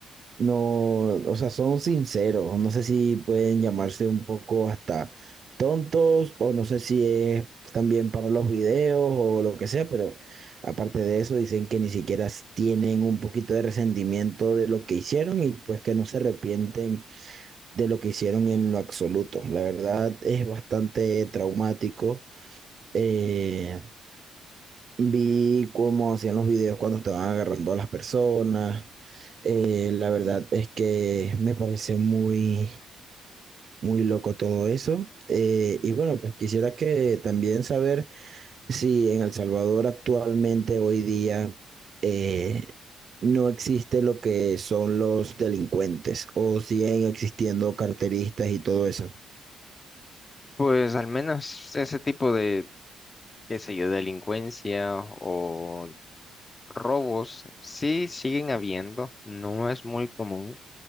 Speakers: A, on the right; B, on the left.
A: no, o sea, son sinceros. No sé si pueden llamarse un poco hasta tontos o no sé si es también para los videos o lo que sea, pero aparte de eso dicen que ni siquiera s- tienen un poquito de resentimiento de lo que hicieron y pues que no se arrepienten de lo que hicieron en lo absoluto. La verdad es bastante traumático. Eh, Vi cómo hacían los videos cuando estaban agarrando a las personas. Eh, la verdad es que me parece muy, muy loco todo eso. Eh, y bueno, pues quisiera que también saber si en El Salvador actualmente, hoy día, eh, no existe lo que son los delincuentes o siguen existiendo carteristas y todo eso.
B: Pues al menos ese tipo de, qué sé yo, delincuencia o robos sí siguen habiendo, no es muy común